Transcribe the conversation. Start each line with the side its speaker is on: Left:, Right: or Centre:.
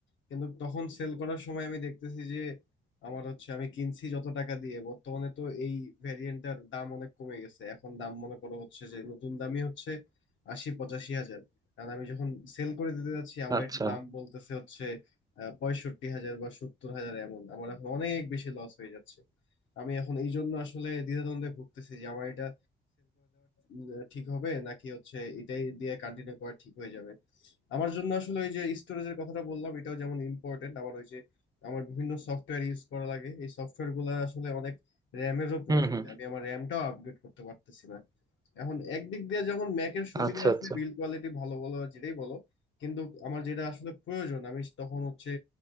Left: কিন্তু তখন সেল করার সময় আমি দেখতেছি যে আমার হচ্ছে আমি কিনছি যত টাকা দিয়ে বর্তমানে তো এই ভ্যারিয়েন্টটার দাম অনেক কমে গেছে এখন দাম মনে করো হচ্ছে যে নতুন দামই হচ্ছে আশি পঁচাশি হাজার কারণ আমি যখন সেল করে দিতে যাচ্ছি আমার
Right: আচ্ছা
Left: একটু দাম বলতেছে হচ্ছে আহ, পঁয়ষট্টি হাজার বা সত্তর হাজার এমন আমার এখন অনেক বেশি লস হয়ে যাচ্ছে আমি এখন এই জন্য আসলে দ্বিধাদ্বন্দ্বে ভুগতেছি যে আমার এটা উম, ঠিক হবে নাকি হচ্ছে এটাই দিয়ে কন্টিনিউ করা ঠিক হয়ে যাবে আমার জন্য আসলে ওই যে স্টোরেজের কথাটা বললাম এটাও যেমন ইম্পর্টেন্ট আবার ওই যে আমার বিভিন্ন সফটওয়্যার ইউজ করা লাগে এই সফটওয়্যার গুলো আসলে অনেক র্যামেরও প্রয়োজন
Right: হুম হুম
Left: আমি আমার র্যামটাও আপগ্রেড করতে পারতেছি না এখন একদিক দিয়ে যখন ম্যাকের সুবিধা
Right: আচ্ছা
Left: আছে
Right: আচ্ছা
Left: বিল্ড কোয়ালিটি ভালো বলো আর যেটাই বলো কিন্তু আমার যেটা আসলে প্রয়োজন আমি তখন হচ্ছে